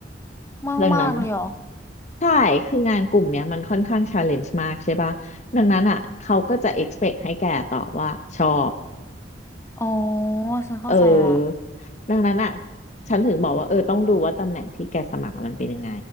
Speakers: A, on the left (about 15°); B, on the left (about 40°).
A: มากมากเลยเหรอ
B: เรื่องนั้นใช่คืองานกลุ่มเนี้ยมันค่อนข้างชาเลนจ์มากใช่ป่ะดังนั้นอ่ะเขาก็จะ expect ให้แกตอบว่าชอบ
A: อ๋อฉันเข้าใจละ
B: เออดังนั้นอ่ะฉันถึงบอกว่าเออต้องดูว่าตำแหน่งที่แกสมัครมันเป็นยังไง